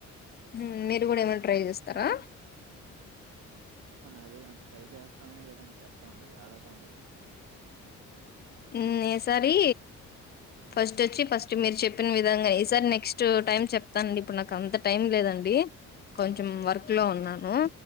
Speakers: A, on the left; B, on the right.
A: ఉమ్ మీరు కూడా ఏమైనా ట్రై చేస్తారా
B: అదేగా ట్రై చేస్తామనే కదా అండి చెప్తా ఉండేది, అడుగుతా ఉండేది.
A: ఉమ్ ఈసారి
B: హ్మ్
A: ఫస్ట్ వచ్చి ఫస్ట్ మీరు చెప్పిన విధంగా ఈసారి నెక్స్ ట్ టైమ్ చెప్తానండి, ఇప్పుడు నాకు అంత టైం లేదండి కొంచెం
B: ఓకే
A: వర్క్ లో ఉన్నాను.